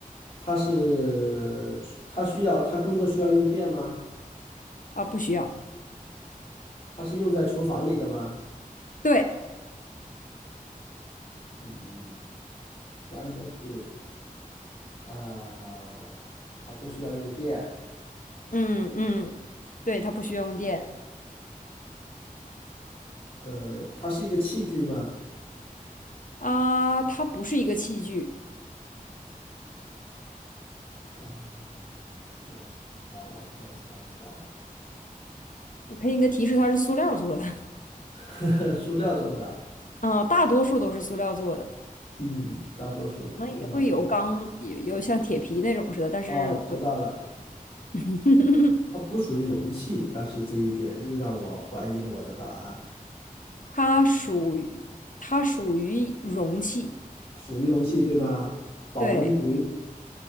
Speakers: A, on the left (about 40°); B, on the left (about 65°).
A: 它是，它需要，它工作需要用电吗？
B: 啊、不需要。
A: 它是用在厨房里的吗？
B: 对，
A: 嗯，三个字。啊，它不需要用电。
B: 嗯嗯，对，它不需要用电
A: 呃，它是一个器具吗？
B: 啊、它不是一个器具。
A: 啊。我那我再想一想，
B: 我给你个提示，它是塑料做的，
A: <laughs> 塑料做的，
B: <laughs> 啊、大多数都是塑料做的。
A: 嗯，大多数塑料做的。
B: 可能也会有钢，有有像铁皮那种似的，但是不，
A: 哦，知道了，
B: <laughs>
A: 它不属于容器，但是这一点又让我怀疑了我的答案。
B: 它属于它属于容器。
A: 属于容器，对吗？保温瓶，
B: 对，